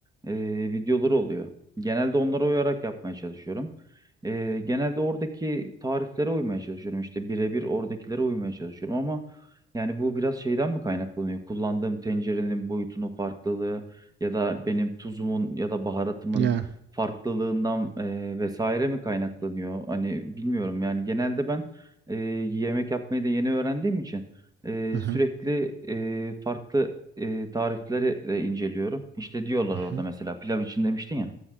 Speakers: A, on the right; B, on the right.
A: e, videoları oluyor. Genelde onlara uyarak yapmaya çalışıyorum. E, genelde oradaki tariflere uymaya çalışıyorum. İşte birebir oradakilere uymaya çalışıyorum ama yani bu biraz şeyden mi kaynaklanıyor? Kullandığım tencerenin boyutunun farklılığı ya da benim tuzumun ya da baharatımın
B: Yani.
A: farklılığından e, vesaire mi kaynaklanıyor? Hani bilmiyorum yani genelde ben e, yemek yapmayı da yeni öğrendiğim için e,
B: Hı hı.
A: sürekli e, farklı e, tarifleri de inceliyorum. İşte diyorlar
B: Hı
A: orada
B: hı.
A: mesela pilav için demiştin ya.